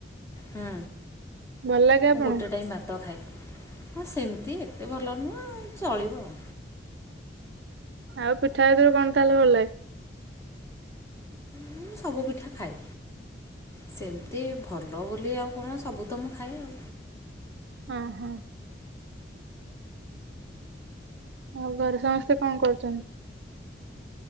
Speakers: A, on the left (about 15°); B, on the right (about 70°).
A: ହୁଁ।
B: ଭଲ ଲାଗେ
A: ମୁଁ
B: ଆପଣଙ୍କୁ
A: ଗୋଟେ ଟାଇମ ଭାତ ଖାଏ। ହଁ ସେମିତି ଏତେ ଭଲ ନୁହଁ ଚଳିବ ଆଉ।
B: ଆଉ ପିଠା ଭିତରୁ କଣ ତାହେଲେ ଭଲ ଲାଗେ?
A: ମୁଁ ସବୁ ପିଠା ଖାଏ ସେମିତି ଭଲ ବୋଲି ଆଉ କଣ ସବୁ ତ ମୁଁ ଖାଏ।
B: ହଁ ହଁ। ଆଉ ଘରେ ସମସ୍ତେ କଣ କରୁଛନ୍ତି?